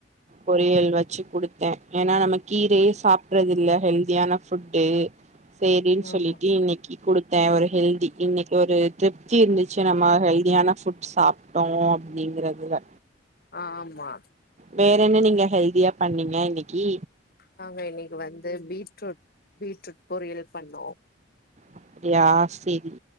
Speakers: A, on the right; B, on the left.
A: பொரியல் வச்சு குடுத்தே ஏனா நம்ம கீரயே சாப்ட்றது இல்ல ஹெல்தியான ஃபுட்டு சேரின்னு சொல்லிட்டு
B: ஆமா
A: இன்னைக்கு குடுத்தே ஒரு ஹெல்தி இன்னைக்கு ஒரு திப் தி இருந்துச்சு நம்ம ஹெல்தியான ஃபுட் சாப் ட்டோ அப்டிங்கிற்துல
B: அ ஆம்மா
A: வேற என்ன நீங்க ஹெல்தியா பண்ணீங்க இன்னிக்கி
B: நாங்க இன்னிக்கு வந்து பீட்ரூட் பீட்ரூட் பொரியல் பண்ணோ
A: அப்புடியா செரி